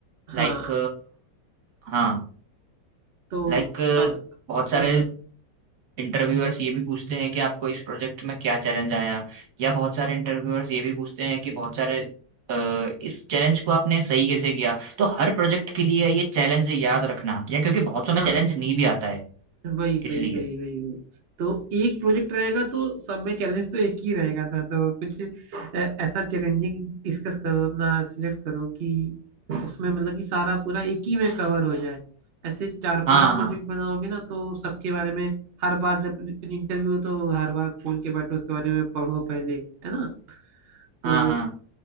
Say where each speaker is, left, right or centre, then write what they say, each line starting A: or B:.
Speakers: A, on the right; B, on the right.
A: हाँ
B: लाइक हाँ
A: तो
B: लाइक
A: अब
B: बहुत सारे
A: हाँ
B: इंटरव्यूअर्स ये भी पूछते हैं कि आपको इस प्रोजेक्ट में क्या चैलेंज आया या बहुत सारे इंटरव्यूअर्स ये भी पूछते हैं कि बहुत सारे अ, इस चैलेंज को आपने सही कैसे किया तो हर प्रोजेक्ट के लिए ये चैलेंज याद रखना या क्योंकि बहुत समय
A: हाँ
B: चैलेंज नहीं भी आता है
A: वही
B: इसलिए
A: वही वही वही वही तो एक प्रोजेक्ट रहेगा तो सब में चैलेंज तो एक ही रहेगा था तो कुछ अ, ऐसा चैलेंजिंग डिस्कस करो अपना सिलेक्ट करो कि उसमें मतलब कि सारा पूरा एक ही में कवर हो जाए ऐसे चार
B: हाँ
A: पांच प्रोजेक्ट
B: हाँ
A: बनाओगे ना तो सबके बारे में हर बार जब इंटरव्यू हो तो हर बार खोल के बैठो उसके बारे में पढ़ो पहले है ना तो
B: हाँ हाँ